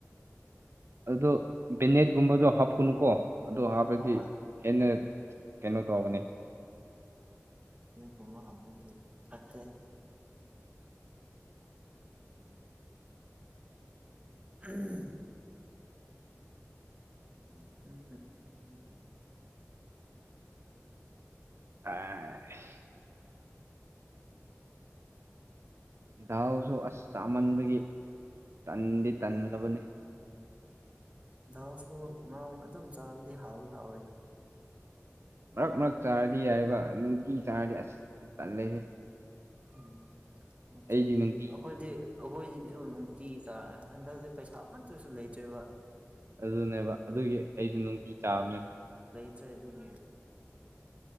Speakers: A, on the right; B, on the right.
A: ꯑꯗꯨꯗꯣ ꯕꯦꯅꯦꯠꯀꯨꯝꯕꯗꯣ ꯍꯥꯞꯀꯨꯅꯨꯀꯣ ꯑꯗ ꯍꯥꯞꯄꯗꯤ
B: ꯍꯣꯏ
A: ꯍꯦꯟꯅꯟꯅ ꯀꯩꯅꯣ ꯇꯧꯕꯅꯤ
B: ꯀꯃ ꯍꯥ ꯐꯦ ꯑꯦꯍꯦ ꯎꯝ ꯎꯝ ꯎꯝ <unintelligible>
A: ꯑ <unintelligible> ꯗꯥꯎꯁꯨ ꯑꯁ ꯆꯥꯃꯟꯕꯒꯤ ꯇꯟꯗꯤ ꯇꯜꯂꯕꯅꯤ
B: ꯍꯥꯎꯁꯨ ꯃꯔ ꯑꯗꯨꯝ ꯆꯥꯕꯗꯤ ꯍꯥꯎꯗꯤ ꯍꯥꯎꯋꯦꯗ
A: ꯃꯔꯛ ꯃꯔꯛ ꯆꯥꯔꯗꯤ ꯍꯥꯏꯏꯕ ꯅꯨꯡꯇꯤ ꯆꯥꯔꯗꯤ ꯑꯁ ꯇꯜꯂꯦꯍꯦ
B: ꯎꯝ ꯅꯨꯡꯇꯤꯗꯤ
A: ꯑꯩꯗꯤ ꯅꯨꯡꯇꯤ
B: ꯑꯩꯈꯣꯏꯗꯤ ꯑꯩꯈꯣꯏꯁꯨ ꯅꯨꯡꯇꯤ ꯆꯥ <unintelligible> ꯍꯟꯗꯛꯁ ꯄꯩꯁꯥ ꯑꯃꯠꯇꯨꯁꯨ ꯂꯩꯇ꯭ꯔꯦꯕ
A: ꯑꯗꯨꯅꯦꯕ ꯑꯗꯨꯒꯤ ꯑꯩꯁꯨ ꯅꯨꯡꯇꯤ ꯆꯥꯕꯅꯦ
B: ꯆꯠꯇ꯭ꯔꯦ ꯑꯗꯨꯒꯤ